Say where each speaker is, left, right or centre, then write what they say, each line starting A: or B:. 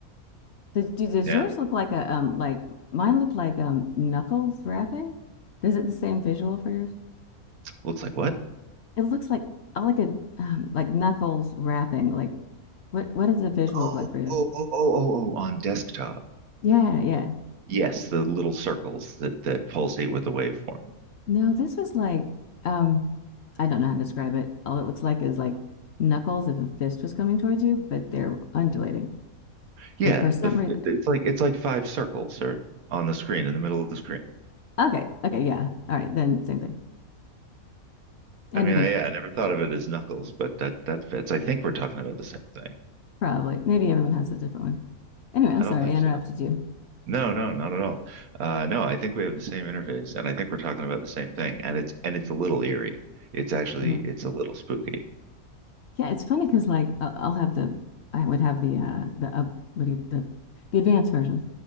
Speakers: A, on the left; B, on the right.
A: does do- does
B: yeah,
A: yours look like a um like mine looked like um knuckles wrapping? Is it the same visual for yours?
B: looks like what?
A: It looks like I like a um, like knuckles wrapping. Like what what does the visual
B: Oh,
A: look like for you?
B: oh, oh, oh, oh, oh, on desktop.
A: Yeah, yeah.
B: Yes, the little circles that that pulsate with the waveform.
A: No, this was like um I don't know how to describe it. All it looks like is like knuckles if a fist was coming towards you, but they're undulating.
B: Yeah,
A: And for some
B: the
A: reason,
B: it's like it's like five circles or on the screen in the middle of the screen.
A: okay, okay, yeah. All right, then same thing. Anything.
B: I mean, I, yeah, I never thought of it as knuckles, but that that fits. I think we're talking about the same thing.
A: <laughs> Probably. Maybe everyone has a different one. Anyway, I'm
B: I
A: sorry
B: don't think
A: I
B: so.
A: interrupted you.
B: No, no, not at all. Uh, no, I think we have the same interface, and I think we're talking about the same thing. And it's and it's a little eerie. It's actually
A: Mhm.
B: it's a little spooky.
A: Yeah, it's funny because like I- I'll have the I would have the uh the up what do you, the the advanced version,